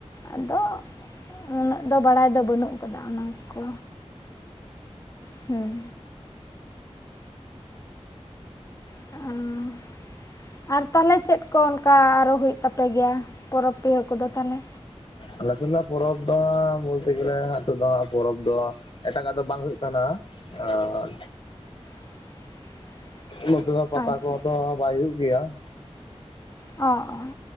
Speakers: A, on the left (about 25°); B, on the left (about 45°).
A: ᱟᱫᱚ ᱩᱱᱟᱹᱜ ᱫᱚ ᱵᱟᱲᱟᱭ ᱫᱚ ᱵᱟᱹᱱᱩᱜ ᱠᱟᱫᱟ ᱚᱱᱟ ᱠᱚ ᱦᱮᱸ᱾ <unintelligible> ᱟᱨ ᱛᱟᱞᱦᱮ ᱪᱮᱫ ᱠᱚ ᱚᱱᱠᱟ ᱟᱨᱚ ᱦᱩᱭᱩᱜ ᱛᱟᱯᱮᱜ ᱜᱮᱭᱟ ᱯᱚᱨᱚᱵᱽ ᱯᱤᱦᱟᱹ ᱠᱚᱫᱚ ᱛᱟᱞᱦᱮ?
B: ᱟᱞᱮ ᱥᱮᱱᱟᱜ ᱯᱚᱨᱚᱵᱽ ᱫᱚ ᱵᱚᱞᱛᱮ ᱜᱮᱞᱮ ᱦᱟᱜ ᱱᱤᱛᱚᱜ ᱫᱚ ᱦᱟᱜ ᱯᱚᱨᱚᱵᱽ ᱫᱚ ᱮᱴᱟᱜᱟᱜ ᱫᱚ ᱵᱟᱝ ᱦᱩᱭᱩᱜ ᱛᱟᱦᱮᱱᱟ ᱟᱨ
A: <inaudible>
B: ᱱᱚᱛᱮ ᱫᱚ ᱦᱟᱜ ᱯᱟᱛᱟ
A: ᱟᱪᱪᱷᱟ
B: ᱠᱚ ᱦᱚᱸᱛᱚ ᱵᱟᱭ ᱦᱩᱭᱩᱜ ᱜᱮᱭᱟ ᱾
A: ᱚ, ᱚ᱾